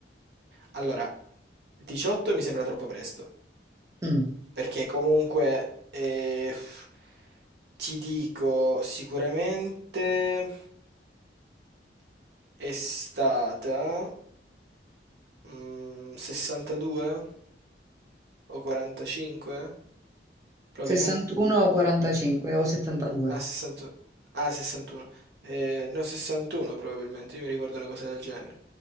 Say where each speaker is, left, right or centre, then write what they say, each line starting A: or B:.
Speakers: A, on the right (about 65°); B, on the right (about 20°).
A: Allora, 18 mi sembra troppo presto.
B: Mm,
A: Perché comunque eh, f- ti dico sicuramente è stata mm, 62 o 45? Probabilmente...
B: 61 o 45 o 72.
A: Ah, 61. Ah, 61. Eh, no, 61 probabilmente, io mi ricordo una cosa del genere.